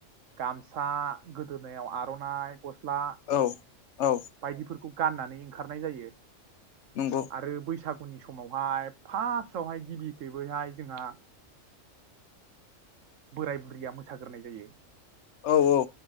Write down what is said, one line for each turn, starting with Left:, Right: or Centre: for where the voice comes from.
Right: गामसा गोदोनायाव आरनाइ ग स्ला
Left: औ औ
Right: बायदिफोरखौ। गाननानै ओंखारनाय जायो।
Left: नंगौ
Right: आरो बैसा गुनि समावहाय फार्स्टआवहाय गिबि खैबोैहाय जोंहा। बोराय बुरैया मोसाग्रोनाय जायो।
Left: औ-औ।